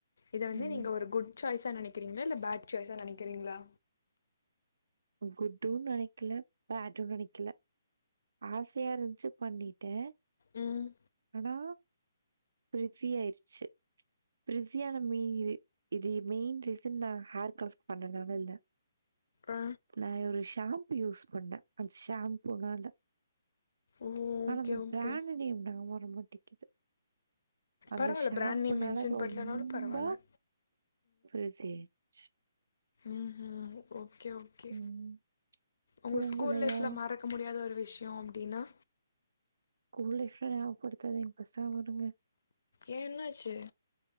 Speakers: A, on the left; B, on the right.
A: இத வந்து
B: ம்.
A: நீங்க ஒரு குட் சாய்ஸா நனைக்கிறீங்களா இல்ல பேட் சாய்ஸா நனைக்கிறீங்களா
B: குட்டுன்னு நனைக்கில பேடுன்னு நனைக்கில ஆசையா இருந்ச்சு பண்ணிட்டேன்
A: ம்
B: ஆனா பிரிஸி ஆயிடுச்சு பிரிஸியான மெய்ரு இது மெயின் ரீசன் நா ஹேர் கலர்ஸ் பண்ணதுனால இல்ல.
A: ஆ
B: நான் ஒரு ஷாம்பு யூஸ் பண்ணே அந்த ஷாம்பூனால
A: ஓகே
B: ஆனா அந்த
A: ஓகே
B: பிராண்டு நேம் தா வர விக்கிது. அந்த
A: பரவாயில்ல
B: ஷாம்புனால
A: பிராண்ட் நேம் மென்ஷன்
B: ரொம்ப
A: பண்ணலனாலும் பரவாயில்ல
B: பிரிஸி ஆயிடுச்
A: ம்ஹூம் ஓ ஓகே ஓகே
B: ம்.
A: ஒங்க
B: தூங்கலையா?
A: ஸ்கூல் லைஃப்ல மறக்க முடியாத ஒரு விஸ் விஷ்யோ அப்டினா
B: கும்லீஸ்லா நாவப்படுத்தாதிங் பேசாம விடுங்க
A: ஏ என்னாச்சு